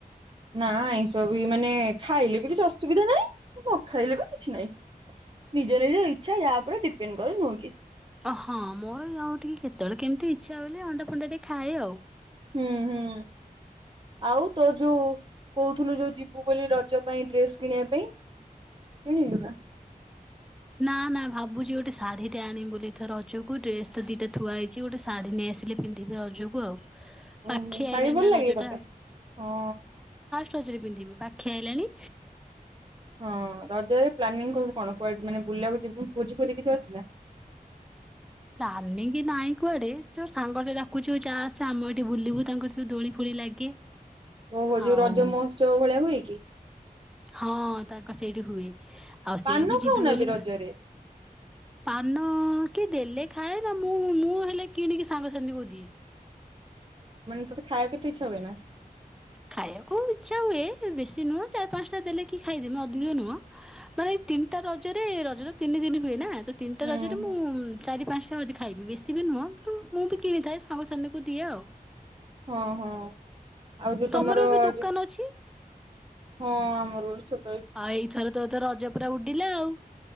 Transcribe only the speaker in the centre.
ଓହଁ ମୋର ଇ ଆଉ ଟିକେ କେତେବେଳେ କେମିତି ଇଚ୍ଛା ହଲେ ଅଣ୍ଡା ଫଣ୍ଡା ଟିକେ ଖାଏ ଆଉ।
ନା ନା ଭାବୁଛି ଗୋଟେ ଶାଢ଼ୀଟେ ଆଣିୁ ବୋଲି ଏଥ ରଜକୁ ଡ୍ରେସ ତ ଦିଟା ଥଆ ହେଇଛି ଗୋଟେ ଶାଢ଼ୀ ନେଇ ଆସିଲେ ପିନ୍ଧିବି ରଜକୁ ଆଉ। ପାଖେଇ
ଆଇଲାଣି ନା ରଜଟା
କଚରୀ ପିନ୍ଧିବି ପାଖିଆଇଲାଣି।
ରାଣ କି ନାଇଁ କୁଆଡେ ଯୋଉ ସାଙ୍ଗ େ ଡାକୁଚିବ ଚାେ ଆମ ଏଇଠି ବୁଲିବୁ ତାଙ୍କର ସବୁ ଦୋଳି ଫୋଳି ଲାଗେ।
ଆଉ
ହଁ ତାଙ୍କ ସେଇଠି ହୁଏ। ଆଉ ସେଇଆକୁ
ଯିବି
ବୋଲି
ପାନ କେ ଦେଲେ ଖାଏ। ନା ମୁଁ ମୁଁ ହେଲେ କିଣିକି ସାଙ୍ଗ ସାାଥି କ ଦିଏ।
ଖାଇବାକୁ ଇଚ୍ଛା ହୁଏ ବେଶୀ ନୁହଁ ଚାରି ପାଞ୍ଚ ଟା ଦେଲେ କି ଖାଇଦେମି ଅଧିକ ନୁହଁ। ମାନେ ତିନିଟା ରଜରେ ଏ ରଜ ତ ତିନି ଦିନ ହୁଏ ନା? ତ ତିନିଟା
ରଜରେ
ମୁଁ ଚାରି ପାଞ୍ଚ ଉଛି ଖାଇବି ବେଶୀ ବି ନୁହଁ କିନ୍ତୁ ମୁଁ ବି କିଣିଥାଏ ସାଙ୍ଗସାଙ୍ଗୀକୁ ଦିଏ ଆଉ
ତମର ଏବେ ଦୋକାନ
ଅଛି?
ଆଉ ଏଇଥର ତୋ ତ ରଜ ପୁରା ଉଡିଲା ଆଉ।